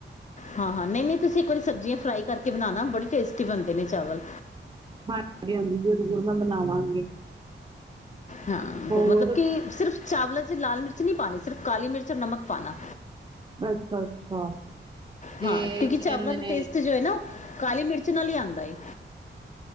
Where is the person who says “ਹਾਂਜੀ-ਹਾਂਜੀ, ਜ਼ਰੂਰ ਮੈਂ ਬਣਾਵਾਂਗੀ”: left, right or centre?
Right